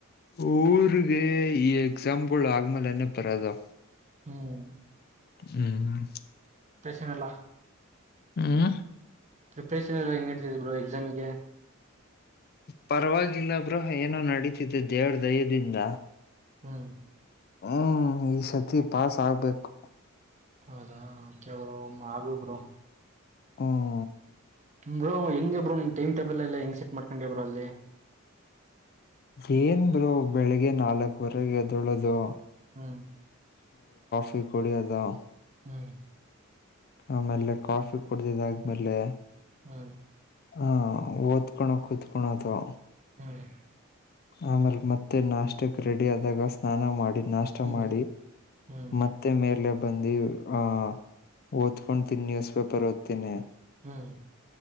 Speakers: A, on the left; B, on the right.
A: ಊರಿ ಗೆ ಈಗ. ಸೇಮ್ ಗೋಳ ಆದ ಮೇಲ ಏನಕ ಬರೋದು
B: ಹ್ಮ್
A: ಹ್ಮ್ಮ್.
B: ಎನ್ ಇಲ್ಲ.
A: ಹ್ಮ.
B: ಪ್ರಿಪರೇಷನ್ ಎಲ್ಲ ಹೆಂಗ ನಡಿತಯ್ತೀ ಎಕ್ಸಾಮಗೆ.
A: ಪರವಾಗಿಲ್ಲ ಬ್ರೋ ಏನೋ ನಡೀತಿದೆ ದೇವರ ದಯದಿಂದ.
B: ಹ್ಮ್
A: ಹ್ಮ್ ಈ ಸತಿ ಪಾಸ್ ಆಗ್ಬೇಕು.
B: ಹೌದಾ ಓಕೆ ಬ್ರೋ ಒಮ್ಮೀ ಆಗಿ ಬ್ರೋ.
A: ಹ್ಮ್
B: ಬ್ರೋ ಹೆಂಗ ಬ್ರೋ ನಿನ್ ಟೈಮ್ ಟೇಬಲ್ ಎಲ್ಲ ಹೆಂಗ ಸೆಟ್ ಮಾಡ್ಕೊಂಡಿಯ ಬ್ರೋ ಅಲ್ಲಿ.
A: ಏನ್ ಬ್ರೋ ಬೆಳಿಗ್ಗೆ ನಾಲ್ಕವರೆಗೆ ಎದ ಏಳೋದು.
B: ಹ್ಮ.
A: ಟೀ ಕುಡಿಯೋದಾ.
B: ಹ್ಮ್.
A: ಆಮೇಲೆ ಕಾಫಿ ಕುಡ್ದಿದ ಆದ್ಮೇಲೆ.
B: ಹ್ಮ.
A: ಹಾ ಓದಕೋಣ ಕುೂತ್ಕೊಣದು.
B: ಹ್ಮ್.
A: ಆಮೇಲ್ ಮತ್ತೆ ನಾಷ್ಟಕ್ ರೆಡಿ ಆದಾಗ ಸ್ನಾನ ಮಾಡಿ. ನಾಷ್ಟ ಮಾಡಿ
B: ಹ್ಮ್ ಹ್ಮ್
A: ಮತ್ತೆ ಮೇಲೆ. ಬಂದಿ ಆ ಓದ್ಕೊತೀನಿ ನ್ಯೂಸ್ ಪೇಪರ್ ಓದ್ತೀನಿ.
B: ಹ್ಮ್.